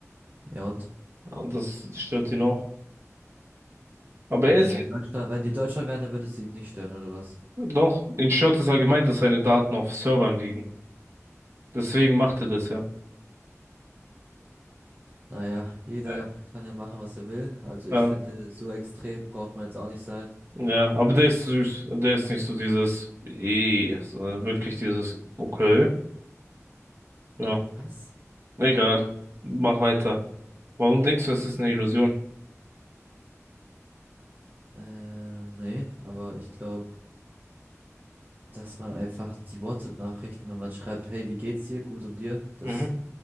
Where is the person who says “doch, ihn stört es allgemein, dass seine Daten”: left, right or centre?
Right